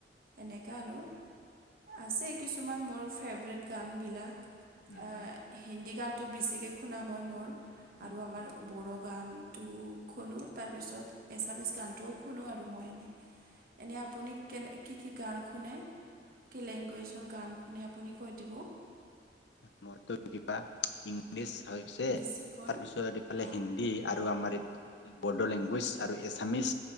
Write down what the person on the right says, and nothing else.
এনেকুৱা আৰু আছেই কিছুমান মোৰ ফেভৰেট গানবিলাক।
আহ,
হিন্দী গানটো বেছিকৈ শুনা হয় মোৰ।
আৰু আমাৰ
বড়ো গানটো শুনো তাৰপিছত এছামিছ গানটোও শুনো আৰু মই এনে। এনে আপুনি কেনে কি কি গান শুনে? কি লেংগুৱেজৰ গান শুনি আপুনি কৈ দিবো?
বেছিকৈ
অঁ